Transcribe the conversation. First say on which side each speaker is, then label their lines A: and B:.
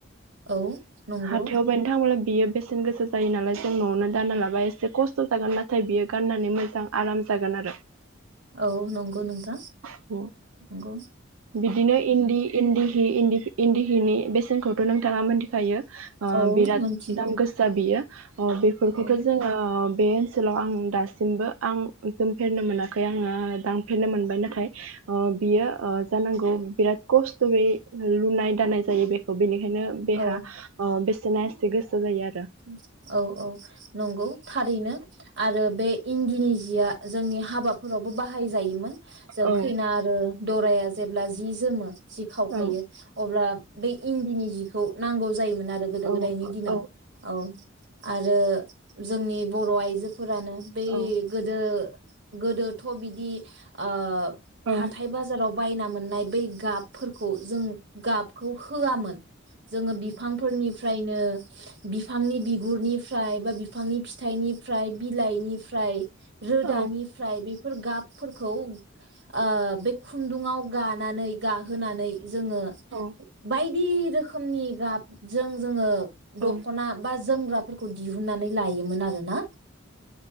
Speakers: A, on the right (about 55°); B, on the right (about 85°).
A: औ नंगौ।
B: हाथायाव बायनो थाङोब्ला बियो बेसेन गोसा जायो नालाय जों न'आवनो दाना लाबा एसे खस्थ' जागोन नाथाय बियो गाननानै मोजां आराम जागोन
A: हो औ नंगौ नोंथां।
B: <unintelligible>
A: ओ।
B: बिदिनो इन्दि इन्दिहि इन्दिफि इन्दिहिनि बेसेनखौ थ नोंथाङा मोनथि खायो अ
A: औ
B: बिराद
A: मोनथिगौ
B: दाम गोसा बियो अ बेफोरखौथ'
A: औ
B: जोङो ओम। बे ओनसोलाव आं दासिमबो आं जोमफेरनो मोनाखै आङो दांफेरनो मोनबाय नाथाय अ बियो अ। नोंगौ बिराद खस्थ'यै लुनाय दानाय जायो बेखौ। बिनिखायनो बेहा
A: औ
B: अ बेस सेनासथिग गोसो जायो आर
A: उम औ औ नंगौ थारैनो। आरो बे इन्दिनि जिया जोंनि हाबाफोरावबो बाहायजायोमोन। जों
B: औ
A: खैना आरो दराया जेब्ला जि जोमो जि खावखायो
B: औ
A: अब्ला बै इन्दिनि जिख खौ नांगौ जायोमोन। नाआरो गोदो
B: औ
A: गोदायनि दिनाव।
B: औ
A: औ। आरो जोंनि बर' आइजो फोरानो बे
B: औ
A: गोदो गोदोथ' बिदि ओ
B: औ
A: हाथाय बाजाराव बायना मोननाय बै गाब फोरखौ जों गाबखौ होआमोन जोङो बिफांफोरनिफ्रायनो <inaudible> बिफांनि बिगुरनिफ्राय बा बिफांनि फिथाइनिफ्राय बिलाइनिफ्राय रोदानिफ्राय
B: औ
A: बे बे फोर गाबफोरखौ ओ बे खुन्दुंआव गानानै गाहोनानै जोङो
B: औ
A: बाय दि रोखोमनि गाबजों जोङो
B: औ।
A: दख'ना बा जोमग्राफोरखौ दिहुननानै लायोमोन आरो ना?